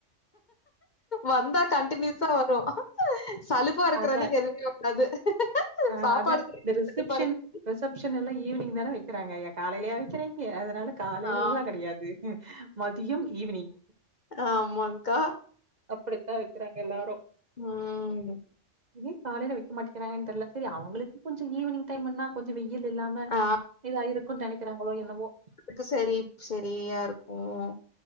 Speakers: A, on the left; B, on the right.
A: வந்தா கன்டின்யூஸ்ஸா வரும் சலுப்பா இருக்கற
B: அதா
A: அன்னக்கு எதுவுமே வராது
B: ஆ
A: சாப்பாடு
B: அதா
A: செய்யறதுக்கு
B: இந்த ரிசப்ஷன்
A: சலுப்பா இருக்கு
B: ரிசப்ஷன்ல்லாம் ஈவினிங் தானே வெக்கிறாங்க எ காலைய வெக்கிறாங்க அதனால காலையிலல்லா
A: ஆ
B: கெடையாது மதியம் ஈவினிங்
A: ஆமா கா
B: அப்படித்தா வெக்கிறாங்க எல்லாரு
A: ம்.
B: ஏன் காலையில வைக்க மாட்டேக்கிறாங்கன்னு தெரியில சரி அவங்களுக்கு கொஞ்சம் ஈவினங் டைம்னா கொஞ்சம் வெயில் இல்லாம
A: ஆ
B: வ இதா இருக்குன் நெனைக்கிறாங்களோ என்னவோ
A: கு சரி சரியா இருக்கும்